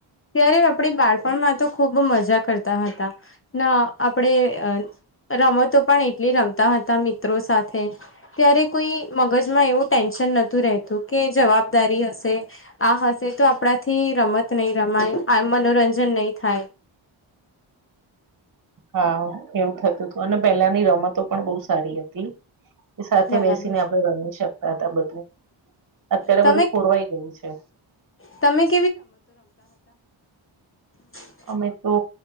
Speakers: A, on the left; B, on the right.
A: ત્યારે આપણે બાળપણમાં તો ખૂબ મજા કરતા હતા, ના આપણે રમતો પણ એટલી રમતા હતા મિત્રો સાથે ત્યારે કોઈ મગજમાં એવું ટેન્શન નતું રહેતું કે જવાબદારી હશે આ હશે તો આપણા થી રમત નહી રમાય આ મનોરંજન નહી થાય.
B: હા એવું થતું હતું અને પહેલાની રમતો પણ બહુ સારી હતી. એ સાથે
A: બરાબર
B: બેસીને આપણે રમી શકતા હતા બધું. અત્યારે
A: તમે
B: બધું પુરવાઈ ગયું છે.
A: તમે હ.
B: અમે તો